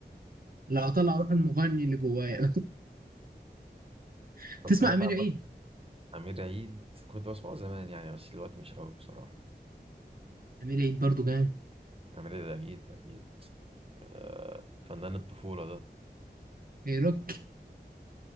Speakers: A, on the right; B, on the right.
A: لو هطلع روح المغني اللي جوايا <laughs>
B: طب
A: تسمع
B: سمعت
A: امير
B: عن
A: عيد
B: مثلا أمير عيد كنت بسمعه زمان يعني بس دلوقتي مش قوي بصراحة
A: امير عيد برضو جامد
B: أمير عيد أكيد أكيد آه، فنان الطفولة ده
A: كايروك